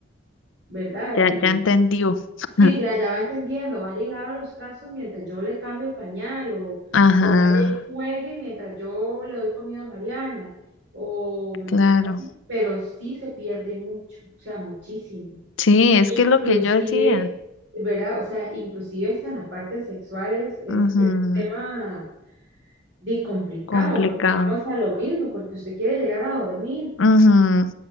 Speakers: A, on the right (about 55°); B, on the left (about 70°).
A: ¿verdad?
B: Ya,
A: Eh,
B: ya entendió. <laughs>
A: Sí, ya, ya va entendiendo. Vaya y lava los trazos mientras yo le cambio el pañal, o,
B: Ajá,
A: o vaya y juegue mientras yo le doy comida a Mariana, o,
B: claro.
A: o así. Pero sí se pierde mucho, o sea, muchísimo.
B: Sí, es
A: Inclusive,
B: que es lo que yo decía.
A: ¿verdad? O sea, inclusive esa en la parte sexual es, es,
B: Ujú,
A: es un tema de complicado,
B: Complicado.
A: porque vamos a lo mismo, porque usted quiere llegar a dormir,
B: Ujú,